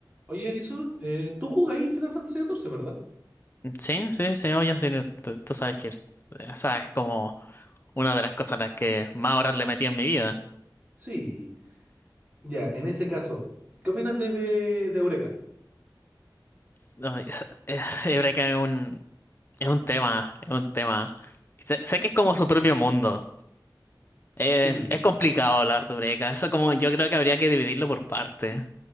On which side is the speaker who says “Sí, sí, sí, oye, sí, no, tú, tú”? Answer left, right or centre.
Left